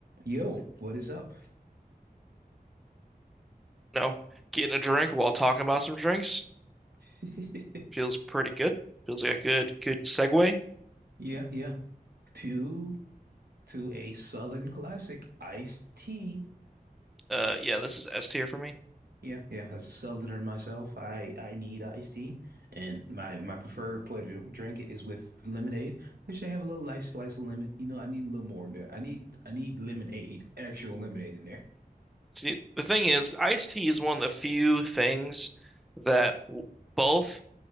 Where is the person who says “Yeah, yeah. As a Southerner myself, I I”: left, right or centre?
Right